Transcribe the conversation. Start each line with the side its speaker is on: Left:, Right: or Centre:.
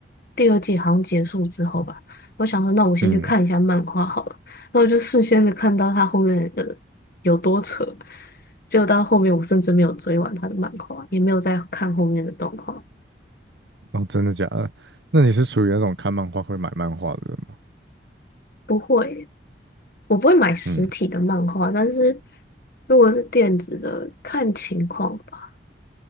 Left: 第二季好像结束之后吧，我想说那我先去看一下漫画好了，
Right: 嗯，
Left: 那我就事先的看到他后面的有多扯，结果到后面我甚至没有追完他的漫画，也没有再看后面的动画。
Right: 哦，真的假的？那你是属于那种看漫画会买漫画的人吗？
Left: 不会，我不会买实体的漫画，
Right: 嗯，
Left: 但是如果是电子的，看情况。吧。